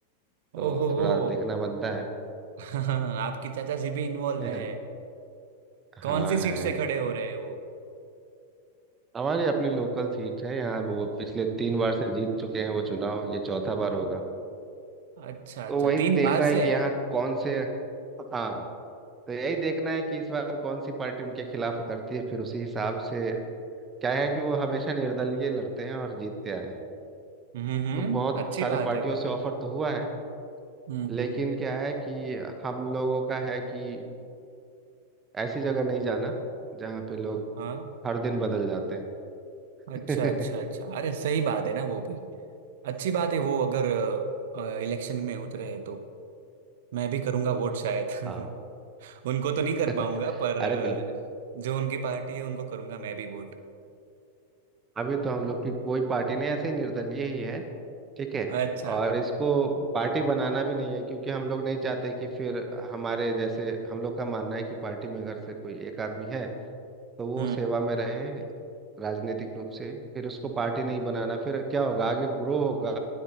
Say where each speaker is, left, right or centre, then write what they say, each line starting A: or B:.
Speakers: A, on the right; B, on the right.
A: तो
B: ओहो
A: थोड़ा
B: हो
A: देखना बनता है
B: <laughs> आपकी चाचा जी भी इन्वॉल्व
A: <laughs>
B: है कौन
A: हाँ
B: सी
A: है
B: सीट से खड़े हो रहे हैं वो
A: हमारी अपनी लोकल सीट है यहाँ वो पिछले तीन बार से जीत चुके हैं वो चुनाव ये चौथा बार होगा
B: अच्छा अच्छा
A: तो वही
B: तीन
A: देखना
B: बार से
A: है कि यहाँ कौन से हाँ तो यही देखना है कि इस बार कौन सी पार्टी उनके खिलाफ उतरती है फिर उसी हिसाब से क्या है कि वो हमेशा निर्दलीय लड़ते हैं और जीतते आए हैं
B: हम्म हम्म
A: को बहुत
B: अच्छी
A: सारे
B: बात
A: पार्टियों
B: है वो
A: से
B: तो
A: ऑफर तो हुआ है
B: हम्म
A: लेकिन क्या है कि हम लोगों का है कि ऐसी जगह नहीं जाना जहाँ पे लोग
B: हम्म हाँ
A: हर दिन बदल जाते हैं
B: अच्छा अच्छा अच्छा
A: <laughs>
B: अरे सही बात है ना वो भी अच्छी बात है वो अगर इलेक्शन में उतरे हैं तो मैं भी करूंगा वोट शायद <laughs>
A: हाँ
B: उनको तो नहीं
A: <laughs>
B: कर पाऊंगा पर अरे
A: अरे बिल्कुल
B: अ, जो उनकी पार्टी है उनको करूंगा मैं भी वोट
A: अभी तो हम लोग की कोई पार्टी नहीं ऐसे ही निर्दलीय ही है ठीक है
B: अरे अच्छा
A: और इसको पार्टी बनाना भी नहीं है क्योंकि हम लोग नहीं चाहते कि फिर हमारे जैसे हम लोग का मानना है कि पार्टी में अगर से कोई एक आदमी है तो वो
B: हम्म
A: सेवा में रहे राजनीतिक रूप से फिर उसको पार्टी नहीं बनाना फिर क्या होगा आगे ग्रो होगा